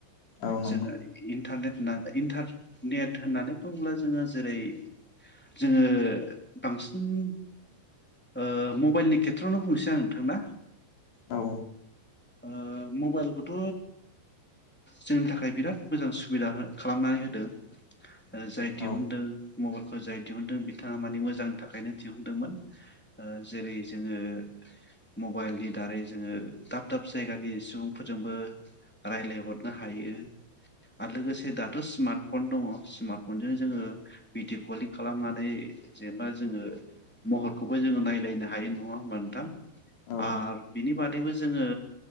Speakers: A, on the left; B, in the centre.
A: औ नंगौ
B: जोङो इन्टारनेट इन्टारनेट होननानै बुङोब्ला जोङो जेरै जोङो बांसिन ओ मबाइलनि खेथ्रआवनो बुंनोसै आं नोंथां ना।
A: औ।
B: ओ मबाइलखौथ' जोंनि थाखाय बिराद मोजां सुबिदा हो खालामनानै होदों। जाय दिहुनदों
A: औ
B: मबाइल जाय दिहुनदों बिथाङा माने मोजांनि थाखायनो दिहुनदोंमोन जेरै जोङो मबाइलनि दारै जोङो दाब दाब जायगानि सुबुंफोरजोंबो रायलाय हरनो हायो आरो लोगोसे दाथ' स्मार्टफन दङ स्मार्टफनजों जोङो भिडिअ कलिं खालामनानै जेनबा जोङो महरखौबो जोङो नायलायनो हायो नङा होमब नोंथां
A: औ
B: आ बिनि बादैबो जोङो